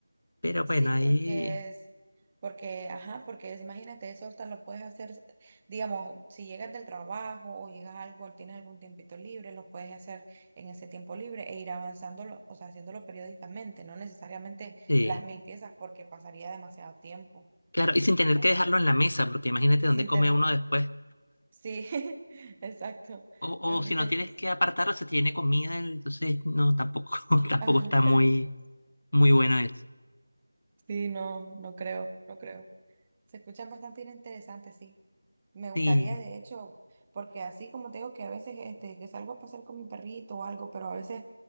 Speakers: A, on the left (about 60°); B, on the right (about 20°).
A: Pero bueno,
B: sí,
A: ahí
B: porque es, porque, ajá, porque es- imagínate, eso hasta lo puedes hacer, digamos, si llegas del trabajo o llegas a algo, tienes algún tiempito libre, lo puedes hacer en ese tiempo libre e ir avanzándolo, o sea, haciéndolo periódicamente, no necesariamente
A: sí.
B: las mil piezas porque pasaría demasiado tiempo.
A: Claro, y sin tener
B: ah,
A: que dejarlo en la mesa, porque imagínate
B: Y
A: dónde
B: sin
A: come
B: tener,
A: uno después.
B: sí, <laughs> exacto.
A: O,
B: se-
A: o si no tienes que apartarlo, se tiene comida, entonces no, tampoco, <laughs> tampoco
B: Ajá,
A: está
B: <laughs>
A: muy, muy bueno eso.
B: sí, no, no creo, no creo. Se escuchan bastante interesantes, sí. Me gustaría,
A: Sí.
B: de hecho, porque así como te digo que a veces este, que salgo a pasar con mi perrito o algo, pero a veces